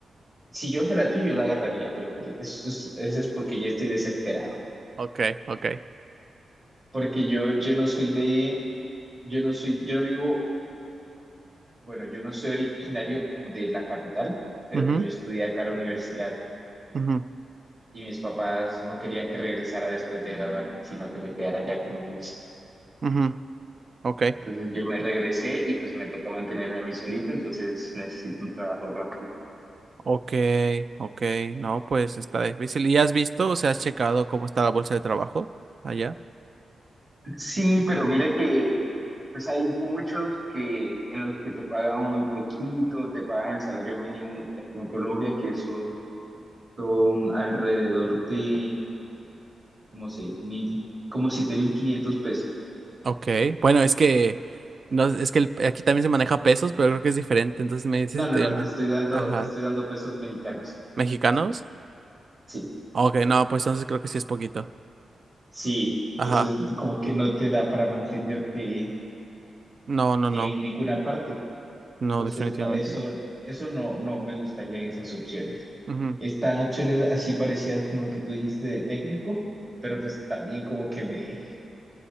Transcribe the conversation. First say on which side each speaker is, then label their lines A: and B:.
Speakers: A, on the right; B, on the right.
A: si yo fuera tú, yo lo agarraría, pero, pero eso es, eso es porque yo estoy desesperado.
B: Ok, ok.
A: Porque yo, yo no soy de, yo no soy, yo no vivo, bueno, yo no soy originario como de la capital, pero
B: Ujú,
A: pues yo estudié acá en la universidad
B: ujú,
A: y mis papás no querían que regresara después de graduarme, sino que me quedara allá con ellos.
B: ujú, ok.
A: Entonces yo me regresé y pues me toca mantenerme a mí solito, entonces necesito un trabajo rápido.
B: Ok, ok, no, pues está difícil. ¿Y has visto, o sea, has checado cómo está la bolsa de trabajo allá?
A: Sí, pero mira que pues hay muchos que en los que te pagan muy poquito, te pagan el salario mínimo en en Colombia, que son, son alrededor de como seis mil, como siete mil quinientos pesos.
B: Ok, bueno, es que no, es que el- aquí también se maneja pesos, pero creo que es diferente. Entonces me dices
A: No,
B: si
A: no,
B: te
A: no,
B: me-
A: te estoy dando,
B: ajá,
A: te estoy dando pesos mexicanos.
B: mexicanos.
A: Sí,
B: Ok, no, pues entonces creo que sí es poquito.
A: sí. Entonces
B: Ajá,
A: como que no te da para mantenerte
B: no, no,
A: en
B: no,
A: ninguna parte.
B: no,
A: Entonces,
B: definitivamente
A: no, eso,
B: no.
A: eso no, no me gustarían esas opciones.
B: Ujú,
A: Están opciones así parecidas como lo que tú dijiste de técnico, pero pues también como que me,